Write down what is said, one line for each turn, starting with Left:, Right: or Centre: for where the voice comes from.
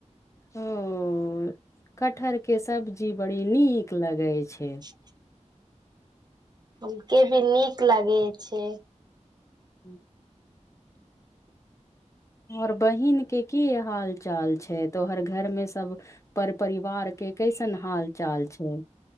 Left: उं कटहर के सब्जी बड़ी नीक लगै छै
Right: <unintelligible> ह के भी नीक लागे छै
Left: <inaudible> आओर बहिन के की हाल चाल छै तोहर घर में सब पर परिवार के कैसन हाल चाल छौ